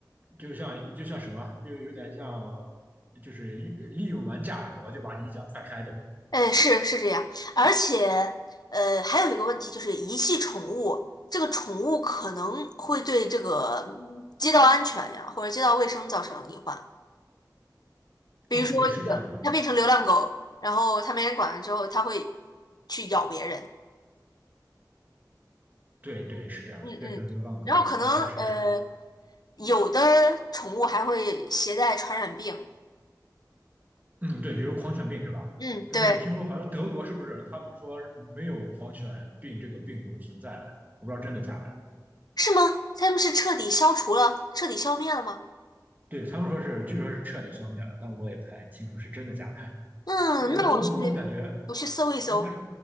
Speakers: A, on the right; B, on the left.
A: 就像就像什么，就有点像，就是利用完价格，我就把你一脚踹开，对吧？
B: 哎，是是这样。而且呃，还有一个问题就是遗弃宠物，这个宠物可能会对这个嗯街道安全呀或者街道卫生造成隐患。比如说这个，
A: 嗯，对，是这样的，
B: 它变成流浪狗，然后它没人管了之后，它会去咬别人。
A: 对对，是这样的，
B: 嗯嗯，
A: 变成流浪狗，
B: 然后可能呃，
A: 那确实是
B: 有的宠物还会携带传染病。
A: 嗯，对，比如狂犬病是吧？
B: 嗯，
A: 但是我听说好像德国是不是他们说没有狂犬病这个病毒存在了？
B: 对，
A: 我不知道真的假的。
B: 是吗？它们是彻底消除了，彻底消灭了吗？
A: 对，他们说是，据说是彻底消灭了，但我也不太清楚是真的假的。
B: 嗯，
A: 因为欧盟，
B: 那我去，
A: 我感觉，
B: 我去搜一搜。
A: 因为它是